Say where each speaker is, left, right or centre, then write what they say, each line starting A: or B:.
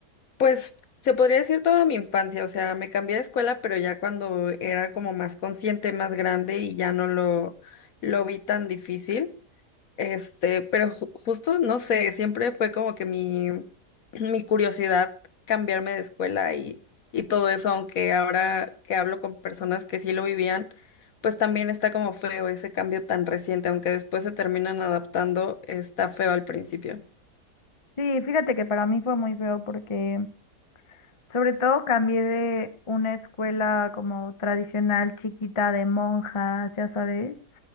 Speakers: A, on the left; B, on the left.
A: pues se podría decir toda mi infancia, o sea, me cambié de escuela, pero ya cuando era como más consciente, más grande y ya no lo, lo vi tan difícil. Este, pero ju- justo, no sé, siempre fue como que mi, mi curiosidad cambiarme de escuela y, y todo eso, aunque ahora que hablo con personas que sí lo vivían, pues también está como feo ese cambio tan reciente, aunque después se terminan adaptando, está feo al principio.
B: Sí, fíjate que para mí fue muy feo porque sobre todo cambié de una escuela como tradicional chiquita de monjas, ya sabes